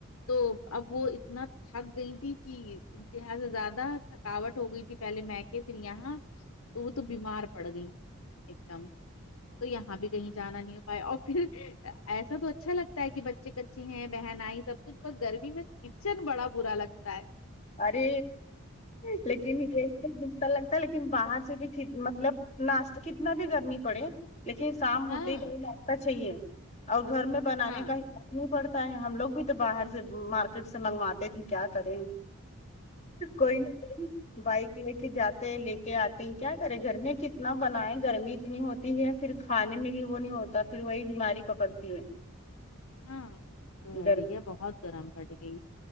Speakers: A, on the left; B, on the left.
A: تو اب وہ اتنا تھک گئی تھی کہ انتہا سے زیادہ تھکاوٹ ہو گئی تھی پہلے میں کے پھر یہاں تو وہ تو بیمار پڑ گئی ایک دم تو یہاں بھی کہیں جانا نہیں ہو پائے اور پھر ایسا تو اچھا لگتا ہے کہ بچے کچے ہیں بہن آئی سب کچھ تو گرمی میں کچن بڑا برا لگتا ہے
B: ارے لیکین گھستا لگتا ہے لیکن باہر سے بھی مطلب ناشہ کتنا بھی کررمی پڑے لیکن شام
A: ہاں
B: ہوتے ہی دیر لگتا چاہیے اور گھر میں بنانے
A: ہاں
B: کا ح نہیں پڑتا ہے ہم لوگ بھی تو باہر سے مارکیٹ سے منگواتے تھے کیا کریں کوئی نہیں بائک لے کے جاتے ہیں لے کے آتے ہیں کیا کرے گرمی کتنا بنا ہے گرمی اتنی ہوتی ہے پھر کھانے میں بھی وہ نہیں ہوتا پھر وہی بیماری پکڑتی ہے
A: ہاں تو ہے
B: گرمی
A: بھیا بہت گرم پٹ گئی